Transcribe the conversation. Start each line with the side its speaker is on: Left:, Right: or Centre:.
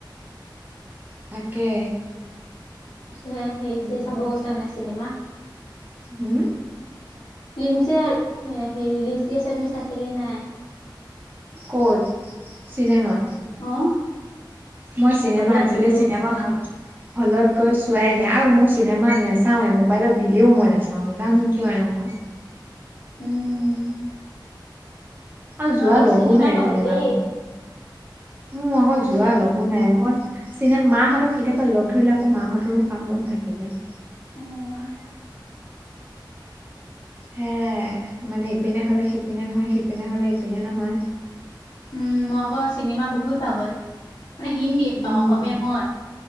Right: তাকে।
Left: পিছে হেৰি
Right: উম,
Left: চেৰি চাব গৈছা নাই, চিনেমা?
Right: হুম,
Left: ফিল্ম যে, হে ৰিলিজ দি আছে, তুমি চাইছা কি নাই?
Right: ক'ত, চিনেমা।
Left: অ'।
Right: মই চিনেমা,
Left: হলত
Right: আজিলৈ
Left: বোলো।
Right: চিনেমা হল হলত গৈ চোৱাই নাই, আৰু মোক চিনেমা নাচাওৱে, মোবাইলত দিলেও মই নাচাও, জানো কিয় এনেকুৱা।
Left: উম।
Right: আৰু
Left: মই
Right: যোৱা
Left: আকৌ
Right: লগো
Left: চিনেমা
Right: নাই
Left: পাগল
Right: যেনিবা,
Left: দেই।
Right: উম আকৌ
Left: নিছা?
Right: যোৱা লগ নাই, মই চিনেমা মাহঁতক কেতিয়াবা লগ ধৰিলে আকৌ মাহঁতৰো কাম বন থাকে যে।
Left: অ'।
Right: সেয়াই, মানে ইপিনে হলে, সিপিনে নহয়, সিপিনে হলে, ইপিনে নহয়।
Left: উম, মই আকৌ চিনেমা বহুত পাগ'ল, মানে হিন্দী
Right: উম
Left: অসমীয়া নহয়।